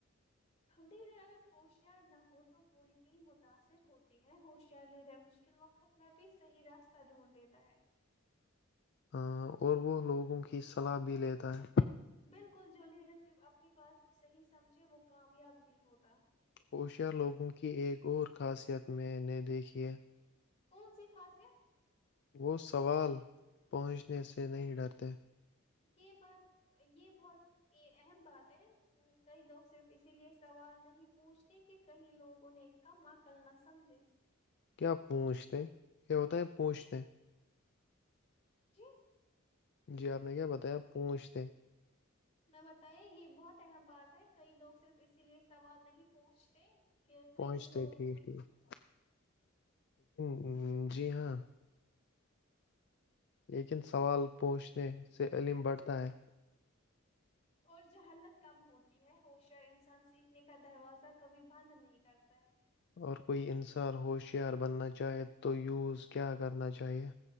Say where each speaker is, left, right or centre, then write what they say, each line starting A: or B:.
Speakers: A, on the left (about 30°); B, on the left (about 55°).
A: لیڈر اگر ہوشیار نہ ہو تو پوری تین متاثر ہوتی ہے ہوشیار لیڈر مشکل وقت میں بھی صحیح راستہ ڈھونڈ دیتا ہے
B: ا اور وہ لوگوں کی صلاح بھی لیتا ہے
A: بالکل جو لیڈر شپ اپنی بات کو صحیح سمجھے وہ کامیاب نہیں ہوتا
B: اشہ لوگوں کی ایک اور خاصیت میں نے دیکھیے
A: کون سی خاصیت
B: وہ سوال پہنچنے سے نہیں ڈرتے
A: یہ بات یہ بہت اہم بات ہے کئی لوگ صرف اسی لیے سوال نہیں پوچھتے کہ کئی لوگ انہیں کم عقل نہ سمجھیں
B: کیا پوچھتے یہ ہوتا ہے پوچھتے
A: جی
B: جی آپ نے کیا بتایا پوونچھتے ہیں
A: میں بتے یہ بہت اہم بات ہے کئی لوگ صرف اسی لیے سوال نہیں پہچتے کہ کئی
B: پہنچتے
A: لوگ
B: ٹھیک ٹھیک ہ جی ہاں لیکن سوال پوچھتے سے علم بڑھتا ہے
A: اور جہالت کم ہوتی ہے ہوشیار انسان سیکھنے کا دروازہ کبھی بند نہیں کرتا ہے
B: اور کوئی انسار ہوشیار بننا چاہے تو یوز کیا کرنا چاہیئے